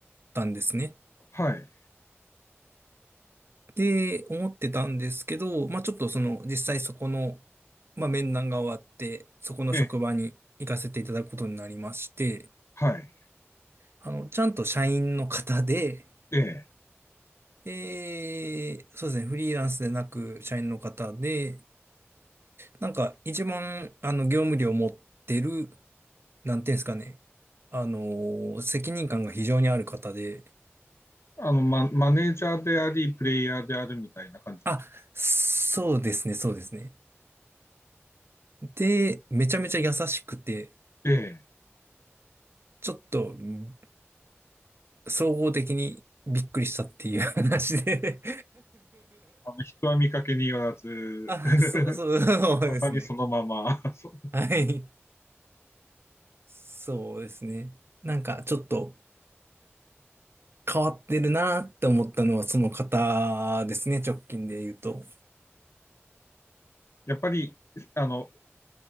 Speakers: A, on the right; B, on the left.
A: たんですね。
B: はい、
A: で、思ってたんですけど、まあちょっとその、実際そこの、まあ面談が終わって、そこの職場に行かせていただくことになりまして、
B: ええ、はい、
A: あの、ちゃんと社員の方で、
B: ええ。
A: で、そうですね、フリーランスでなく社員の方で、なんか、一番、あの、業務量を持ってる、なんていうんですかね。あのー責任感が非常にある方で、
B: あの、マ、マネージャーであり、プレイヤーであるみたいな感じの人。
A: あ、そうですね、そうですね。で、めちゃめちゃ優しくて、
B: ええ、
A: ちょっと、うん総合的にびっくりしたっていう話で
B: あの、人は見かけによらず
A: <laughs> あ、
B: <laughs>
A: そう、そう、そうですね。
B: まさにそのまま。<laughs>
A: はい。そうですね。なんか、ちょっと変わってるなって思ったのは、その方ですね、直近で言うと。
B: やっぱり、あの、